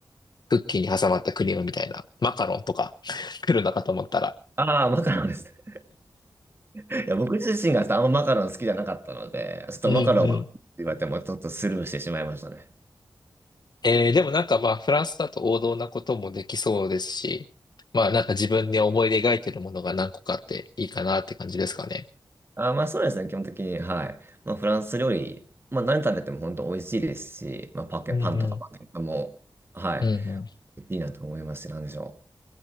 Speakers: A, on the left; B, on the right.
A: クッキーに挟まったクリームみたいな。マカロンとか <laughs> 来るのかと思ったら。
B: ああ、マカロンですね。いや、僕自身があんまマカロン好きじゃなかったので、ちょっとマカロンは言われてもちょっとスルーしてしまいましたね。
A: うんうん。えー、でもなんかまあ、フランスだと王道なこともできそうですし、まあなんか自分に思い描いてるものが何個かあっていいかなって感じですかね。
B: あ、まあそうですね、基本的に。はい。まあフランス料理、まあ何食べても本当美味しいですし、まあパケ、
A: うんう
B: パンとかパケットも、はい、
A: ん。うんうん。
B: いいなと思いますし、なんでしょ